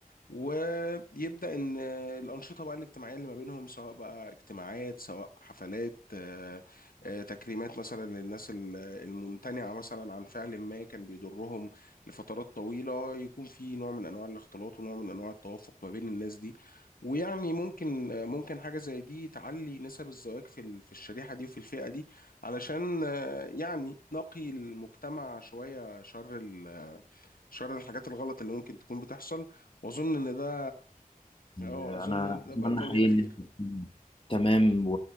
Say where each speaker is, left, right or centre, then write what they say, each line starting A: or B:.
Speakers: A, on the left; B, on the left.
A: ويبدأ إن الأنشطة بقى الاجتماعية اللي ما بينهم سواء بقى اجتماعات سواء حفلات آه، آه، تكريمات مثلا للناس ال- الممتنعة مثلا عن فعل ما كان بيضرهم لفترات طويلة يكون في نوع من أنواع الاختلاط ونوع من أنواع التوافق ما بين الناس دي ويعني ممكن آه، ممكن حاجة زي دي تعلي نسب الزواج في ال- في الشريحة دي وفي الفئة دي علشان آه، يعني نقي المجتمع شوية شر ال- شر الحاجات الغلط اللي ممكن تكون بتحصل واظن ان ده اه
B: أنا
A: اظن ان ده
B: أتمنى
A: بقى قولي
B: حقيقي
A: الاخير
B: إن أنت تكون تمام و...